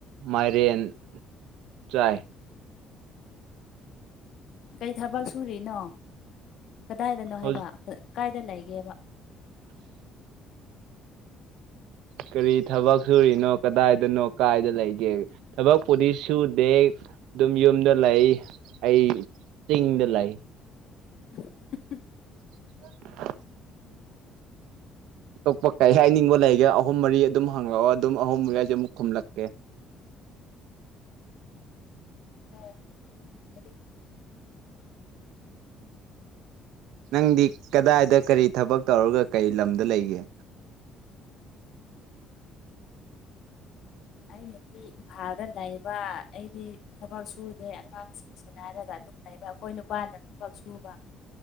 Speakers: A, on the right; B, on the left.
A: ꯃꯥꯏꯔꯦꯟ ꯆꯥꯏ꯫
B: ꯀꯩ ꯊꯕꯛ ꯁꯨꯔꯤꯅꯣ ꯀꯗꯥꯏꯗꯅꯣ
A: ꯍꯧꯖꯤꯛ
B: ꯍꯥꯏꯕ ꯀꯥꯏꯗ ꯂꯩꯒꯦꯕ꯫
A: ꯀꯔꯤ ꯊꯕꯛ ꯁꯨꯔꯤꯅꯣ ꯀꯗꯥꯏꯗꯅꯣ ꯀꯥꯏꯗ ꯂꯩꯒꯦ꯫ ꯊꯕꯛꯄꯨꯗꯤ ꯁꯨꯗꯦ꯫ ꯑꯗꯨꯝ ꯌꯨꯝꯗ ꯂꯩ ꯑꯩ ꯆꯤꯡꯗ ꯂꯩ꯫
B: <unintelligible>
A: <unintelligible> ꯑꯇꯣꯞꯄ ꯀꯔꯤ ꯍꯥꯏꯅꯤꯡꯕ ꯂꯩꯒꯦ ꯑꯍꯨꯝ ꯃꯔꯤ ꯑꯗꯨꯝ ꯍꯪꯪꯂꯛꯑꯣ ꯑꯗꯨꯝ ꯑꯍꯨꯝ ꯃꯔꯤ ꯍꯥꯏꯁꯨ ꯑꯃꯨꯛ ꯈꯨꯝꯂꯛꯀꯦ꯫
B: ꯑꯣ ꯑꯗꯨꯝ <unintelligible>
A: ꯅꯪꯗꯤ ꯀꯗꯥꯏꯗ ꯀꯔꯤ ꯊꯕꯛ ꯇꯧꯔꯒ ꯀꯔꯤ ꯂꯝꯗ ꯂꯩꯒꯦ꯫
B: ꯑꯩꯅ ꯁꯤ ꯏꯝꯐꯥꯜꯗ ꯂꯩꯕ ꯑꯩꯗꯤ ꯊꯕꯛ ꯁꯨꯗꯦ ꯑꯉꯥꯡꯁꯤꯡꯁꯦ__ ꯁꯦꯟꯅꯔꯒ ꯑꯗꯨꯝ ꯂꯩꯕ ꯑꯩꯈꯣꯏ ꯅꯨꯄꯥꯅ ꯊꯕꯛ ꯁꯨꯕ꯫